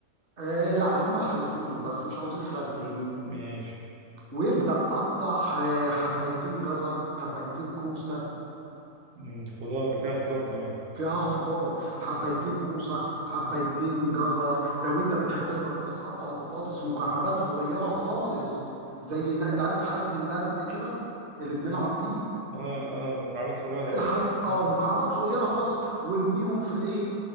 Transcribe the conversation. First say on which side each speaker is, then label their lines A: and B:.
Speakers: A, on the right; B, on the right.
A: آه لا هما الحلتين دول بس مش عاوزين حلال تاني
B: ماشي
A: وابدأ قطع آه، حبايتين جزر حبايتين كوسة
B: مم. خضار فيها خضار كمان
A: فيها خضار حبيتين كوسة حبيتين جزر لو انت بتحب البطاطس قطع البطاطس مكعبات صغيرة خالص زي ان انت عارف حجم النرد كده اللي بنلعب بيه
B: اه اه مكعبات صغيرة
A: الحاج
B: اه مم.
A: اه مكعبات صغيرة خالص وارميهم في الايه